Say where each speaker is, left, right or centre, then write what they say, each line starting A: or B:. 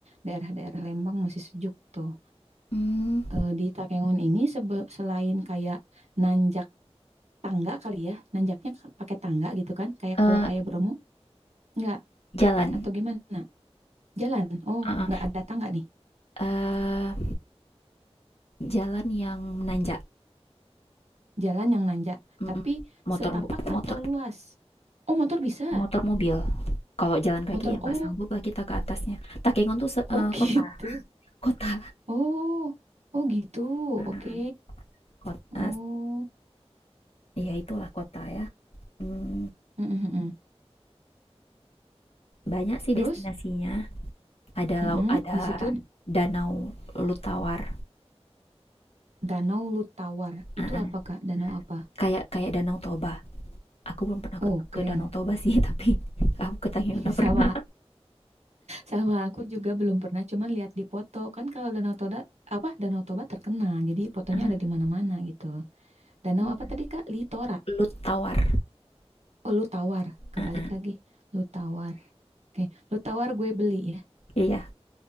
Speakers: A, on the right; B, on the left.
A: daerah-daerah Lembang masih sejuk tuh.
B: Hmm,
A: Eh, di Takengon ini sebe- selain kayak nanjak tangga kali ya, nanjaknya k- pakai tangga gitu kan, kayak
B: eh,
A: kalau kayak Bromo, enggak
B: jalan.
A: atau gimana? Jalan. Oh,
B: Ah,
A: nggak
B: ah.
A: ada tangga nih.
B: Eh, jalan yang menanjak
A: Jalan yang nanjak,
B: Mm-mm.
A: tapi
B: motor
A: setapak
B: motor
A: atau luas. Oh, motor bisa.
B: motor mobil kalau jalan kaki
A: Motor
B: ya nggak
A: oh,
B: sanggup lah kita ke atasnya Takengon tuh se- eh,
A: oh <laughs>
B: kota
A: gitu.
B: kota
A: Oh, oh gitu.
B: uh,
A: Oke.
B: kota
A: Oh.
B: ya itulah kota ya Mm,
A: Mm, mm, mm.
B: banyak sih
A: Terus
B: destinasinya ada
A: Mm-mm.
B: laut ada
A: Di situ
B: danau Lutawar
A: Danau Lutawar.
B: Ah,
A: Itu
B: ah.
A: apa, Kak? Danau apa?
B: kayak kayak danau Toba aku belum pernah
A: Oh,
B: ke,
A: keren.
B: ke Danau Toba sih tapi <laughs> aku ke Tanjung
A: <laughs>
B: udah
A: Sama
B: pernah
A: sama aku juga belum pernah, cuman lihat di foto. Kan kalau Danau Toba apa Danau Toba terkenal. Jadi fotonya
B: Ah,
A: ada di mana-mana gitu. Danau
B: iya.
A: apa tadi, Kak? Litora.
B: lu tawar
A: Oh, Lutawar. Kebalik
B: Ah, ah.
A: lagi. Lutawar. Oke, Lutawar gue beli ya.
B: iya